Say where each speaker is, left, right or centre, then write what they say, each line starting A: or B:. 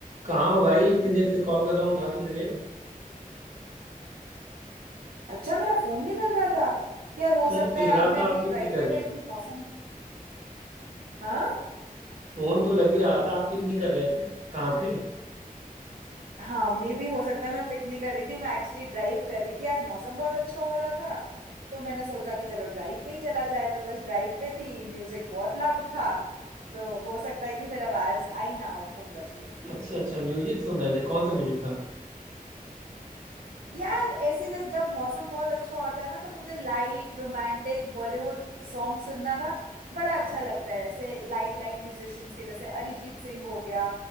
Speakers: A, on the right; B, on the right.
A: कहाँ हो भाई इतनी देर से कॉल कर रहा हूँ उठा क्यों नहीं रहे हो?
B: अच्छा मेरा फोन नहीं मिल रहा था यार हो
A: फोन
B: सकता
A: मिल
B: है
A: रहा
B: आज मैं
A: था
B: अभी
A: आप पिक
B: ड्राइव
A: नहीं कर
B: पे
A: रहे हो
B: गई थी मौसम हाँ
A: फोन तो लग ही रहा था आप पिक नहीं कर रहे थे कहाँ थे
B: हाँ मे भी हो सकता है मैं पिक नहीं कर रही थी मैं एक्चुअली ड्राइव कर रही थी आज मौसम बहुत अच्छा हो रहा था तो मैंने सोचा कि चलो ड्राइव पे ही चला जाए तो बस ड्राइव पे थी म्यूजिक बहुत लाउड था तो हो सकता है कि फिर आवाज आई ना हो फोन बजने की
A: अच्छा अच्छा म्यूजिक सुन रहे थे कौन सा म्यूजिक था
B: यार ऐसे जैसे जब मौसम बहुत अच्छा होता है ना तो मुझे लाइट रोमांटिक बॉलीवुड सॉन्ग सुनना ना बड़ा अच्छा लगता है ऐसे लाइट लाइट म्यूजिशियंस के जैसे अरिजीत सिंह हो गया